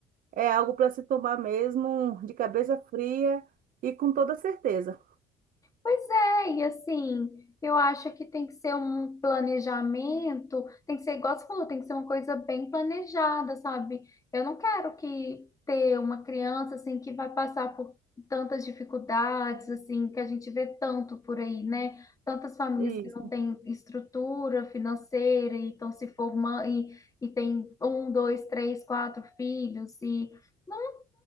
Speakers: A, on the right; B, on the left.
A: É algo para se tomar mesmo de cabeça fria e com toda certeza.
B: Pois é, e assim, eu acho que tem que ser um planejamento, tem que ser igual você falou, tem que ser uma coisa bem planejada, sabe? Eu não quero que ter uma criança assim que vai passar por tantas dificuldades, assim, que a gente vê tanto por aí, né? Tantas famílias
A: Isso,
B: que não têm estrutura financeira e estão se formando e, e tem um, dois, três, quatro filhos e não